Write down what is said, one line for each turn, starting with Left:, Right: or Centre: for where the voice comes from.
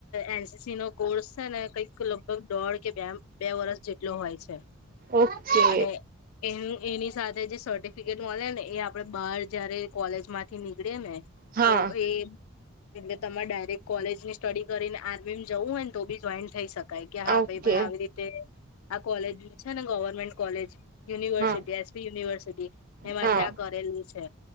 Left: એન. સી. સી નો કોર્સ છે ને, કંઈક લગભગ દોઢ કે, બે-બે વર્ષ જેટલો હોય છે,
Right: ઓકે
Left: અને એ એની સાથે જે સર્ટિફિકેટ મળે ને, એ આપડે બહાર જયારે કોલેજ માંથી નીકળીએ ને
Right: હા
Left: તો એ એટલે તમારે ડાયરેક્ટ કોલેજ ની સ્ટડી કરીને, આર્મી જવું હોય ને, તો બી જોઈને થઈ શક શકાય કે હા
Right: ઓકે
Left: ભાઈ આવી રીતે આ કોલેજ છે ને, ગવર્મેન્ટ કોલેજ યુનિવર્સિટી
Right: હા
Left: એસપી યુનિવર્સિટી એમાંથી
Right: હા
Left: આ કરેલું છે.